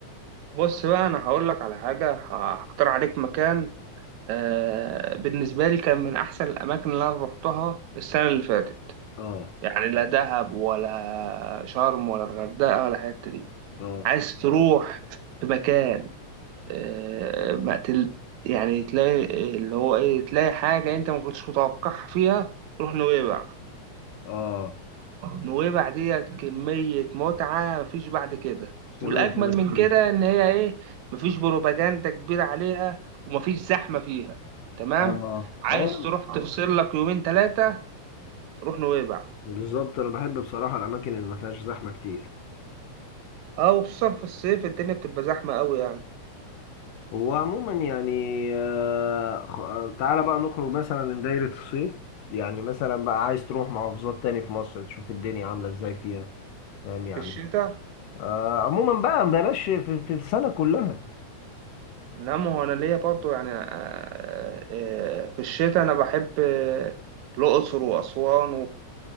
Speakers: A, on the right (about 80°); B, on the left (about 75°).
A: بص بقى انا هقول لك على حاجة ه- هختار عليك مكان آه بالنسبة لي كان من احسن الاماكن اللي انا روحتها السنة اللي فاتت
B: اه
A: يعني لا دهب ولا شرم ولا الغردقة ولا الحتة دي
B: اه
A: عايز تروح في مكان آه ما تل يعني تلاقي اللي هو ايه تلاقي حاجة انت ما كنتش متوقعها فيها روح نويبع
B: اه
A: نويبع ديت كمية متعة مفيش بعد كده
B: سمعت
A: والأجمل
B: انا
A: من
B: كتير
A: كده إن هي إيه مفيش بروباجندا كبيرة عليها ومفيش زحمة فيها تمام
B: اه
A: عايز
B: هو أنا-
A: تروح تفصل لك يومين تلاتة روح نويبع
B: بالظبط انا بحب بصراحه الاماكن اللي ما فيهاش زحمه كتير
A: أو خصوصا في الصيف الدنيا بتبقى زحمة أوي يعني
B: هو عموما يعني آه، خ- آه، تعالى بقى نخرج مثلا من دايرة الصيف يعني مثلا بقى عايز تروح محافظات تاني في مصر تشوف الدنيا عاملة ازاي فيها فاهم يعني
A: في الشتاء
B: آه عموما بقى بلاش في, في السنة كلها
A: لا ما هو أنا ليا برضو يعني آه، آه، في الشتاء أنا بحب آه، الأقصر وأسوان